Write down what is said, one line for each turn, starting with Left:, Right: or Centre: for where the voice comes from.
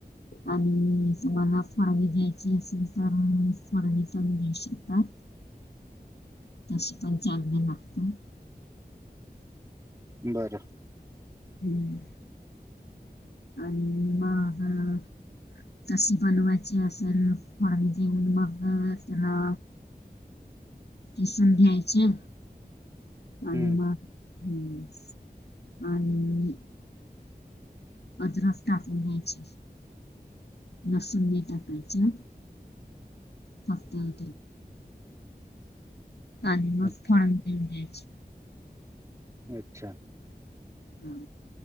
Left: आणि तुम्हांला फोडणी द्यायची असेल तरं कोणांने पणं दे शेतांत तसं पणं चांगलं लागतं
Right: बरं
Left: हम्मं आणि मगं तशी बनवांयची असेल फोडणी देऊंन मगं त्यांला किसूंन घ्यायचं आणि
Right: हम्म
Left: मगं आणि अदरक टाकूंन द्यायचे लसूणं ही टाकांयच्या फक्तं आणि मगं
Right: अ-
Left: थोडं घ्यायचं
Right: अच्छा
Left: हां